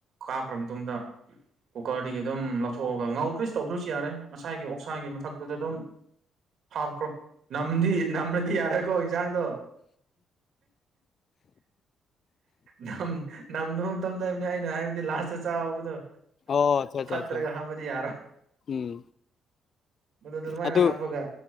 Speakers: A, on the right; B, on the left.
A: ꯀꯥꯞꯈ꯭ꯔ ꯃꯇꯨꯡꯗ ꯀꯨꯀꯔꯗꯒꯤ ꯑꯗꯨꯝ ꯂꯧꯊꯣꯛꯑꯒ ꯉꯥꯎꯗ꯭ꯔꯤꯁ ꯇꯧꯗ꯭ꯔꯁꯨ ꯌꯥꯔꯦ ꯉꯁꯥꯏꯒꯤ ꯑꯣꯛꯁꯥꯒꯤ ꯃꯊꯛꯇꯨꯗ ꯑꯗꯨꯝ ꯍꯥꯞꯈ꯭ꯔꯣ ꯅꯝꯗꯤ ꯅꯝꯃꯗꯤ ꯌꯥꯔꯀ ꯖꯥꯡꯗ ꯅꯝꯗꯨꯐꯝ ꯇꯝꯗꯕꯅꯤ ꯑꯩꯅ ꯍꯥꯏꯕꯗꯤ ꯂꯥꯁꯇ ꯆꯥꯎꯕꯗꯣ
B: ꯑꯣ ꯑꯆꯥ ꯑꯆꯥ
A: ꯄꯠꯇ꯭ꯔꯒ
B: ꯑꯆꯥ
A: ꯍꯥꯥꯕꯗꯤ ꯌꯥꯔ
B: ꯎꯝ
A: ꯃꯗꯨꯗ ꯑꯗꯨꯃꯥꯏꯅ
B: ꯑꯗꯨ
A: ꯍꯥꯞꯄꯒ